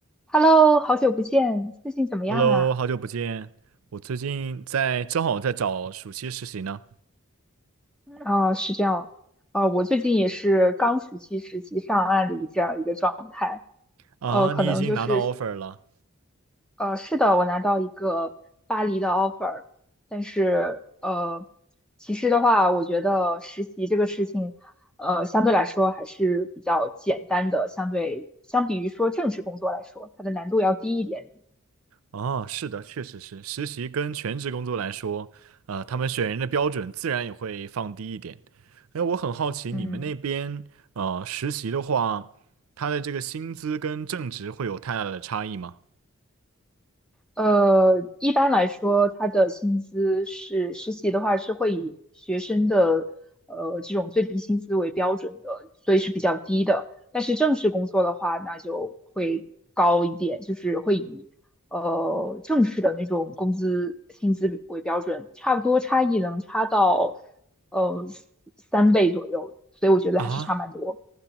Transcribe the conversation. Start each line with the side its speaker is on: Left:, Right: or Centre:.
Centre: Hello，好久不见，最近怎么样啊？
Right: Hello，好久不见。我最近在正好在找暑期实习呢。
Centre: 啊、是这样，呃，我最近也是刚暑期实习上岸的一这样一个状态，
Right: 啊，
Centre: 呃，可能就是，
Right: 你已经拿到 offer 了？
Centre: 呃，是的，我拿到一个巴黎的 offer，但是，呃，其实的话，我觉得实习这个事情，呃，相对来说还是比较简单的，相对相比于说正式工作来说，它的难度要低一点，
Right: 啊，是的，确实是。实习跟全职工作来说，呃，他们选人的标准自然也会放低一点。哎，我很好奇你们那边，
Centre: 嗯。
Right: 呃，实习的话，他的这个薪资跟正职会有太大的差异吗？
Centre: 呃，一般来说，他的薪资是实习的话是会以学生的呃这种最低薪资为标准的，所以是比较低的。但是正式工作的话，那就会高一点，就是会以呃正式的那种工资薪资为标准，差不多差异能差到呃三倍左右，所以我觉得还是差蛮多。
Right: 啊？